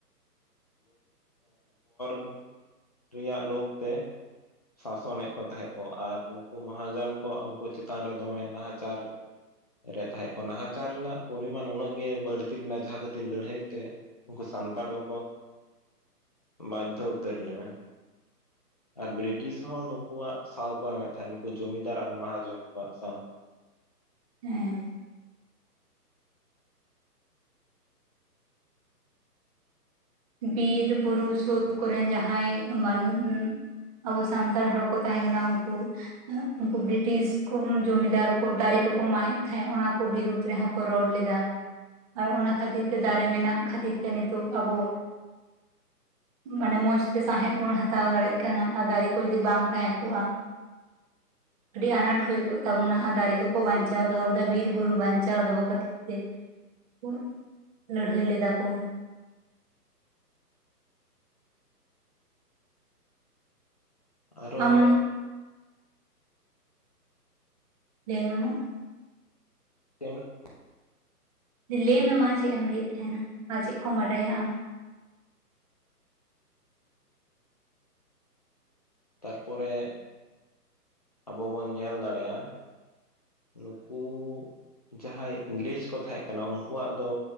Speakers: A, on the left; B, on the right.
A: <unintelligible> ᱨᱮᱭᱟᱜ ᱞᱳᱵᱽ ᱛᱮ ᱥᱟᱥᱚᱱᱮᱜ ᱠᱚ ᱛᱟᱦᱮᱸᱜ ᱠᱚ, ᱟᱨ ᱱᱩᱠᱩ ᱢᱚᱦᱟᱡᱟᱱ ᱠᱚ ᱠᱩ ᱪᱮᱛᱟᱱ ᱨᱮ ᱫᱚᱢᱮ ᱱᱟᱦᱟᱪᱟᱨ ᱨᱮ ᱛᱟᱦᱮᱸ ᱠᱚ ᱱᱟᱦᱟᱪᱟᱨ ᱨᱮᱱᱟᱜ ᱯᱚᱨᱤᱢᱟᱱ ᱩᱱᱟᱹᱜ ᱜᱮ ᱵᱟᱹᱲᱛᱤ ᱞᱮᱱᱟ ᱡᱟᱦᱟᱸ ᱠᱷᱟᱹᱛᱤᱨ ᱞᱟᱹᱲᱦᱟᱹᱭ ᱛᱮ ᱩᱝᱠᱩ ᱥᱟᱱᱛᱟᱲ ᱠᱚᱠᱚ ᱵᱟᱡᱫᱷᱳ ᱩᱛᱟᱹᱨ ᱞᱮᱱᱟ᱾ ᱟᱨ ᱵᱨᱤᱴᱤᱥ ᱦᱚᱸ ᱱᱩᱠᱩᱣᱟᱜ ᱥᱟᱶ ᱠᱚ ᱮᱢᱮᱫ ᱛᱟᱦᱮᱸᱜ ᱱᱩᱠᱩ ᱡᱚᱢᱤᱫᱟᱨ ᱟᱨ ᱢᱟᱦᱟᱡᱚᱱ ᱠᱚᱣᱟᱜ ᱥᱟᱶ᱾
B: ᱦᱮᱸ ᱵᱤᱨ ᱵᱩᱨᱩ ᱥᱳᱨ ᱠᱚᱨᱮᱱ ᱡᱟᱦᱟᱸᱭ ᱢᱟᱹᱱ ᱟᱵᱚ ᱥᱟᱱᱛᱟᱲ ᱦᱚᱲᱠᱚ ᱛᱟᱦᱮᱸ ᱠᱟᱱᱟ ᱩᱝᱠᱩ ᱩᱝᱠᱩ ᱵᱨᱤᱴᱤᱥ ᱠᱳᱢ ᱡᱚᱢᱤᱫᱟᱨ ᱠᱚ ᱫᱟᱨᱮ ᱠᱚᱠᱚ ᱢᱟᱜᱮᱫ ᱛᱟᱦᱮᱸᱜ ᱚᱱᱟ ᱠᱚ ᱵᱤᱨᱩᱫᱽ ᱨᱮᱦᱚᱸ ᱠᱚ ᱨᱚᱲ ᱞᱮᱫᱟ᱾ ᱟᱨ ᱚᱱᱟ ᱠᱷᱟᱹᱛᱤᱨ ᱛᱮ ᱫᱟᱨᱮ ᱢᱮᱱᱟᱜ ᱠᱷᱟᱹᱛᱤᱨ ᱛᱮ ᱱᱤᱛᱳᱜ ᱟᱵᱚ ᱢᱟᱱᱮ ᱢᱚᱸᱡᱽᱛᱮ ᱥᱟᱸᱦᱮᱫ ᱵᱚᱱ ᱦᱟᱛᱟᱣ ᱫᱟᱲᱮᱜ ᱠᱟᱱᱟ ᱟᱨ ᱫᱟᱨᱮ ᱠᱚ ᱡᱩᱫᱤ ᱵᱟᱝ ᱛᱟᱦᱮᱸ ᱠᱚᱜ-ᱟ ᱟᱹᱰᱤ ᱟᱱᱟᱴ ᱦᱩᱭ ᱠᱚᱜ ᱛᱟᱵᱚᱱᱟ ᱟᱨ ᱫᱟᱨᱮ ᱠᱚᱠᱚ ᱵᱟᱧᱪᱟᱣ ᱫᱚᱦᱚ ᱞᱮᱫᱟ ᱵᱤᱨ ᱵᱩᱨᱩ ᱵᱟᱧᱪᱟᱣ ᱫᱚᱦᱚ ᱠᱟᱛᱮ ᱛᱮ ᱠᱩ ᱞᱟᱹᱲᱦᱟᱹᱭ ᱞᱮᱫᱟ ᱠᱚ᱾
A: ᱟᱨᱚ
B: ᱟᱢ ᱞᱟᱹᱭ ᱢᱮ ᱢᱟ᱾
A: <unintelligible>
B: ᱞᱟᱹᱭ ᱢᱮ ᱢᱟ ᱪᱮᱫ ᱮᱢ ᱞᱟᱹᱭᱮᱫ ᱛᱟᱦᱮᱱᱟ, ᱟᱨ ᱪᱮᱫ ᱠᱚᱢ ᱵᱟᱰᱟᱭᱟ ᱟᱢ?
A: ᱛᱟᱨᱯᱚᱨᱮ ᱟᱵᱚ ᱵᱚᱱ ᱧᱮᱞ ᱫᱟᱹᱲᱮᱜ-ᱟ ᱱᱩᱠᱩ ᱡᱟᱦᱟᱸᱭ ᱤᱝᱨᱮᱡᱽ ᱠᱚ ᱛᱟᱦᱮᱸ ᱠᱟᱱᱟ ᱩᱱᱠᱩᱣᱟᱜ ᱫᱚ